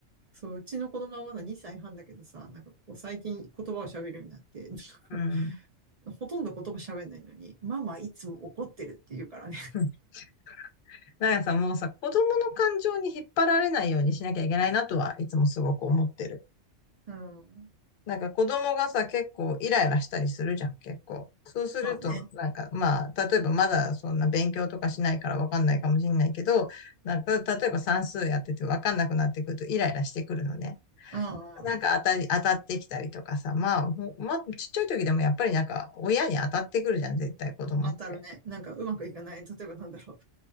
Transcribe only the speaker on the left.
うん。
<laughs> なんかさ、もうさ、子供の感情に引っ張られないようにしなきゃいけないなとはいつもすごく思ってる。
なんか子供がさ、結構イライラしたりするじゃん、結構。そうすると、
なんかまあ、例えばまだそんな勉強とかしないからわかんないかもしんないけど、なんか例えば算数やっててわかんなくなってくるとイライラしてくるのね。
なんか当たり、当たってきたりとかさ、まあ、ほまあ、ちっちゃい時でもやっぱりなんか親に当たってくるじゃん、絶対子供って。